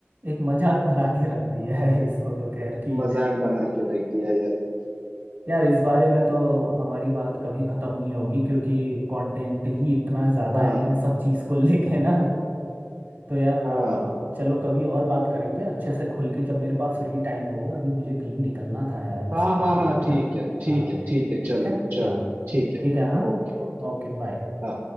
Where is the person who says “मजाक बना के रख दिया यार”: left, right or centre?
Right